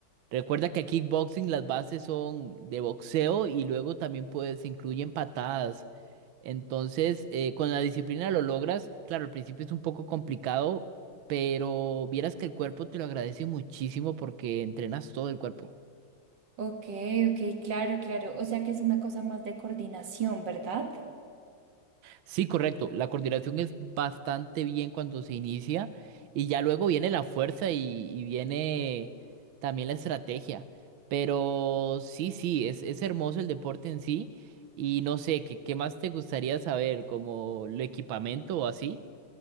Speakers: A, on the right; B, on the right.
A: Recuerda que kickboxing las bases son de boxeo y luego también puedes se incluyen patadas. Entonces, eh, con la disciplina lo logras. Claro, al principio es un poco complicado, pero vieras que el cuerpo te lo agradece muchísimo porque entrenas todo el cuerpo.
B: Ok, ok, claro, claro. O sea que es una cosa más de coordinación, ¿verdad?
A: Sí, correcto. La coordinación es bastante bien cuando se inicia y ya luego viene la fuerza y, y viene también la estrategia. Pero sí, sí, es, es hermoso el deporte en sí y no sé, ¿qué, qué más te gustaría saber? ¿Como el equipamiento o así?